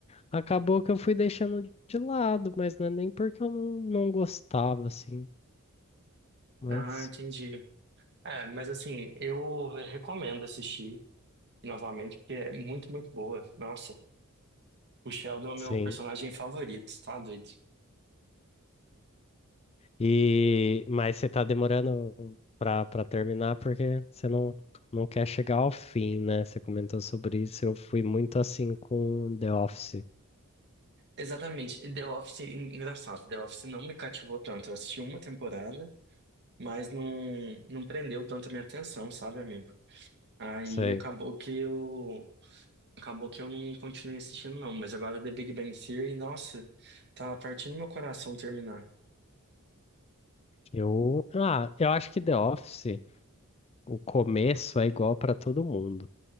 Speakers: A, on the left (about 25°); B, on the right (about 50°).
A: acabou que eu fui deixando de lado, mas não é nem porque eu não, não gostava, assim, mas
B: Ah, entendi. É, mas assim, eu recomendo assistir novamente, porque é muito, muito boa. Nossa, o Sheldon é o meu
A: sim.
B: personagem favorito, tá doido?
A: E mas você tá demorando pra, pra terminar porque você não, não quer chegar ao fim, né? Você comentou sobre isso, eu fui muito assim com The Office.
B: Exatamente. The Office, engraçado, The Office não me cativou tanto. Eu assisti uma temporada, mas não, não prendeu tanto a minha atenção, sabe, amigo? Aí
A: Sei.
B: acabou que eu. Acabou que eu não continuei assistindo, não. Mas agora The Big Bang Theory, nossa, tá partindo meu coração terminar.
A: Eu, ah, eu acho que The Office, o começo é igual pra todo mundo.